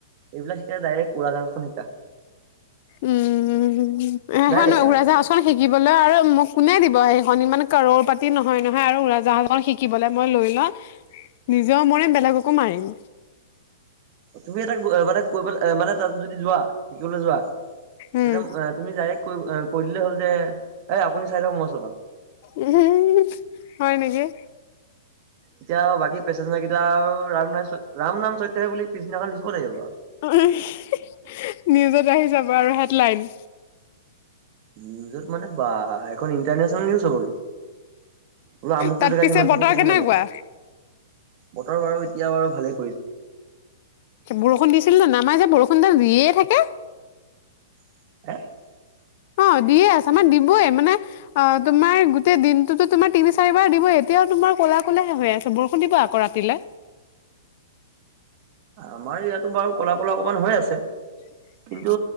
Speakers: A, on the right; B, on the left.
A: এইবিলাক শিকাই ডাইৰেক্ট উৰা জাহাজ খন শিকা।
B: উম, সেইখন
A: ডাইৰেক্ট আৰু
B: উৰাজাহাজ খন শিকিবলৈ আৰু মোক কোনে দিব সেইখন ইমান কৰ'ৰ পাতি নহয় নহয় আৰু উৰাজাহাজখন শিকিবলে মই লৈ লওঁ নিজেও মৰিম বেলেগকো মাৰিম।
A: তুমি এটা মানে কৈ পেলাই মানে তাত যদি যোৱা, শিকিবলৈ যোৱা
B: উম
A: তেতিয়া তুমি ডাইৰেক্ট কৈ-কৈ দিলেই হ'ল যে এই আপুনি চাই লওক ম
B: উম, হয় নেকি। <inaudible>
A: এতিয়া আৰু বাকী পেচেঞ্জাৰ কেইটা আৰু ৰাম নাম চৈ ৰাম নাম চৈত্ৰ হে বুলি পিছদিনাখন লিখিব লাগিব আৰু।
B: <unintelligible> নিউজত আহি যাব আৰু হেডলাইন।
A: নিউজত মানে বা <unintelligible> ইণ্টাৰনেচনেল নিউজ হ'ব গে, বোলে আমুটো
B: তাত
A: জেগাত
B: পিছে
A: ইমানখিনি
B: বতৰ
A: পেছেঞ্জাৰ
B: কেনেকুৱা
A: মৰিল। বতৰ বাৰু এতিয়া বাৰু ভালে
B: বৰষুণ দিছিল নে নাই আমাৰ যে বৰষুণ দিয়ে থাকে।
A: <inaudible>
B: অঁ দিয়ে আছে আমাৰ দিবই মানে আ তোমাৰ গোটেই দিনটোতো তোমাৰ তিনি চাৰিবাৰ দিবই এতিয়াও তোমাৰ ক'লা ক'লায়ে হৈ আছে বৰষুণ দিব আকৌ ৰাতিলে।
A: আমাৰ ইয়াতো বাৰু ক'লা- ক'লা অকমান হৈ আছে।
B: <inaudible>
A: কিন্তু